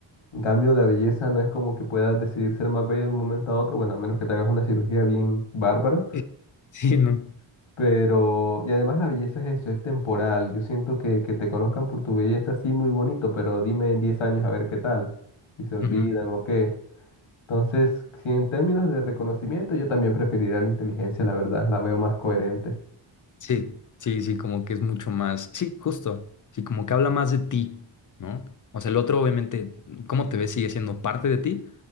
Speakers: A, on the left; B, on the left.
A: En cambio, la belleza no es como que puedas decidir ser más bello de un momento a otro, bueno, a menos que te hagas una cirugía bien bárbara,
B: Sí, sí, no.
A: pero... Y además la belleza es eso, es temporal. Yo siento que, que te conozcan por tu belleza, sí, muy bonito, pero dime en 10 años a ver qué tal, si se olvidan
B: Ujú.
A: o qué. Entonces, si en términos de reconocimiento, yo también preferiría la inteligencia, la verdad, la veo más coherente.
B: Sí, sí, sí, como que es mucho más, sí, justo, sí, como que habla más de ti, ¿no? O sea, el otro obviamente, cómo te ves sigue siendo parte de ti,